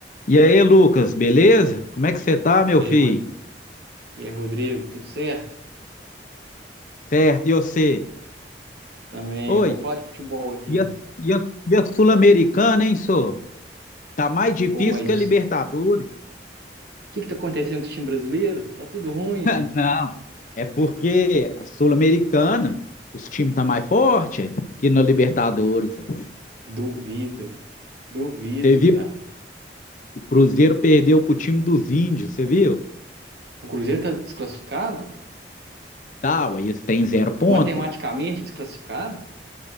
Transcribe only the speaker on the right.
E
aí, Ro- e aí, Rodrigo, tudo certo?
Também.
Vamos falar de futebol aqui.
Ô, mas
os-
o que que tá acontecendo com o time brasileiro? Tá tudo ruim
aí.
Duvido, duvido,
cara.
O Cruzeiro tá desclassificado?
Matematicamente desclassificado?